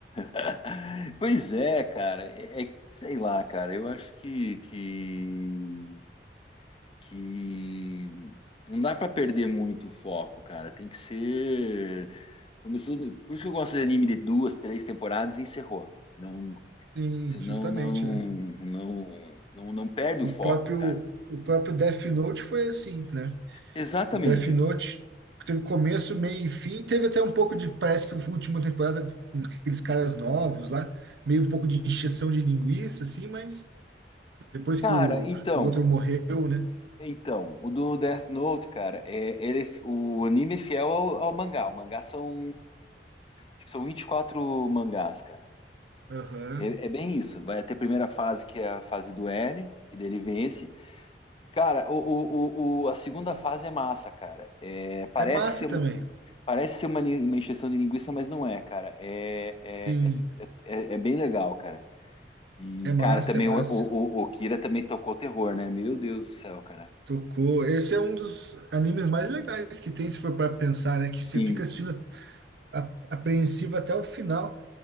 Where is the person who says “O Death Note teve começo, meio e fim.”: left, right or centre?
Right